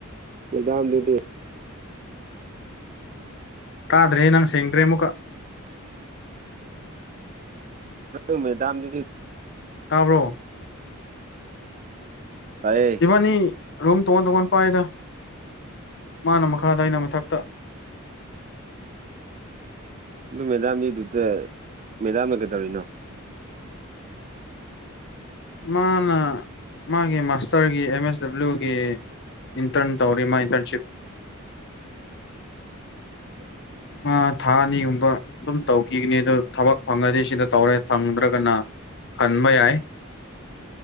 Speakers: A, on the right; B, on the left.
A: ꯃꯦꯗꯥꯝ ꯗꯨꯗꯤ
B: ꯇꯥꯗ꯭ꯔꯦ ꯅꯪ ꯁꯦꯡꯗ꯭ꯔꯦ ꯑꯃꯨꯛꯀ
A: ꯅꯪ ꯃꯦꯗꯥꯝ ꯗꯨꯗꯤ
B: ꯇꯥꯕ꯭ꯔꯣ
A: ꯇꯥꯏꯌꯦ
B: ꯏꯕꯥꯅꯤ ꯔꯨꯝ ꯇꯣꯉꯥꯟ ꯇꯣꯉꯥꯟ ꯄꯥꯏꯗ ꯃꯥꯅ ꯃꯈꯥꯗ ꯑꯩꯅ ꯃꯊꯛꯇ
A: ꯑꯗꯨ ꯃꯦꯗꯥꯝꯗꯤꯗꯨꯗ ꯃꯦꯗꯥꯝꯅ ꯀꯩꯗꯧꯔꯤꯅꯣ
B: ꯃꯥꯅ ꯃꯥꯒꯤ ꯃꯥꯁꯇꯔꯒꯤ ꯑꯦꯝ ꯑꯦꯁ ꯗꯕ꯭ꯂꯤꯎꯒꯤ ꯏꯟꯇꯔꯟ ꯇꯧꯔꯤ ꯃꯥ ꯏꯟꯇꯔꯟꯁꯤꯞ
A: <inaudible>
B: ꯃꯥ ꯑꯅꯤꯒꯨꯝꯕ ꯑꯗꯨꯝ ꯇꯧꯈꯤꯒꯅꯤ ꯑꯗꯨ ꯊꯕꯛ ꯐꯪꯉꯗꯤ ꯁꯤꯗ ꯇꯧꯔꯦ ꯐꯪꯗ꯭ꯔꯒꯅ ꯍꯟꯕ ꯌꯥꯏ